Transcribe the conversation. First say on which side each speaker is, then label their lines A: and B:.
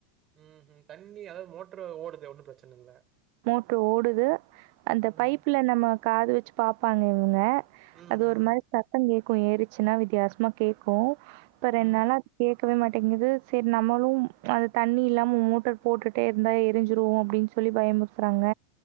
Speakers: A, on the right (about 35°); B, on the right (about 60°).
A: ம் ம் தண்ணி அதாவது மோட்டரு ஓடுது ஒன்னும் பிரச்சன இல்ல
B: மோட்ரு ஓடுது அந்த
A: ம்.
B: பைப்புல நம்ம காது வெச்சு பாப்பாங்க இவங்க
A: ம்,
B: அது
A: ம்,
B: ஒரு மாரி சத்தம் கே க்கு ஏறுச்சுன்னா வித்தியாசமா கேக்கூ ப்ப ரென்
A: ம்.
B: னாலே கேக் க்கவே மாட்டேங்குது சரி நம்மளும் அது தண்ணி இல்லாம மோட்டர் போட்டுட்டே இருந்தா எரிஞ்சிருவோம் அப்படின்னு சொல்லி பயமுறுத்து பேசுறாங்க